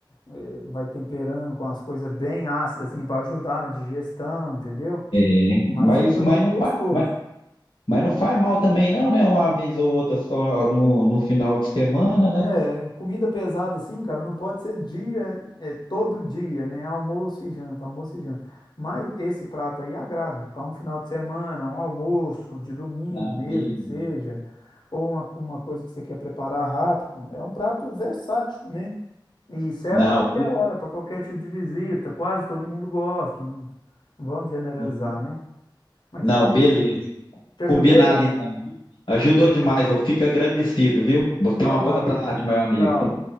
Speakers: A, on the left; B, on the left.
A: eh, vai temperando com as coisas bem ácidas, assim, para ajudar na digestão, entendeu?
B: É.
A: Mas
B: Mas,
A: fica
B: mas,
A: muito
B: não
A: gostoso.
B: faz, mas, mas não faz mal também, não, né? Uma vez ou outra só no, no final de semana, né?
A: É, comida pesada assim, cara, não pode ser dia, é, todo dia, né? Almoço e janta, almoço e janta. Mas esse prato aí agrada para um final de semana, um almoço de domingo
B: Não,
A: mesmo,
B: beleza.
A: que seja, ou uma, uma coisa que você quer preparar rápido. É um prato versátil, né? E serve
B: Não,
A: para qualquer
B: com-
A: hora, para qualquer tipo de visita. Quase todo mundo gosta. Não, não vamos generalizar,
B: uhum.
A: né? Mas
B: Não,
A: é
B: beleza.
A: isso. Te ajudei?
B: Combinado então, viu? Ajudou demais, eu fico agradecido, viu? Tenha
A: Show,
B: uma boa
A: meu amigo.
B: tarde, meu amigo.
A: Tchau.